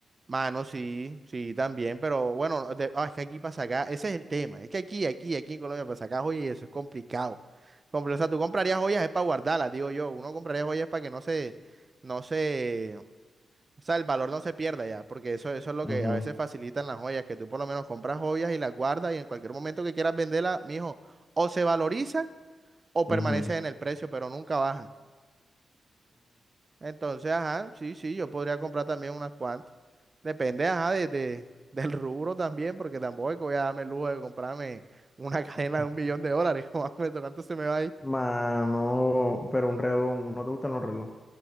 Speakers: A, on the right; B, on the left.
A: Mano, sí, sí, también, pero bueno, de- ah, es que aquí para sacar, ese es el tema, es que aquí, aquí, aquí en Colombia para sacar joyas y eso es complicado. Compl- O sea, tú comprarías joyas es para guardarlas, digo yo, uno compraría joyas para que no se, no se, o sea, el valor no se pierda ya, porque eso, eso es lo que
B: Ujú,
A: a veces facilitan las joyas, que tú por lo menos compras joyas y las guardas y en cualquier momento que quieras venderlas, mijo, o se valorizan o
B: ujú,
A: permanecen en el precio, pero nunca bajan. Entonces, ajá, sí, sí, yo podría comprar también unas cuantas. Depende, ajá, de, de- <laughs> del rubro también, porque tampoco es que voy a darme el lujo de comprarme una <laughs> cadena
B: ujú.
A: de un millón de dólares. <laughs> Joder, maestro, ¿Cuánto se me va ahí?
B: Mano, pero un reloj, ¿no te gustan los relojes?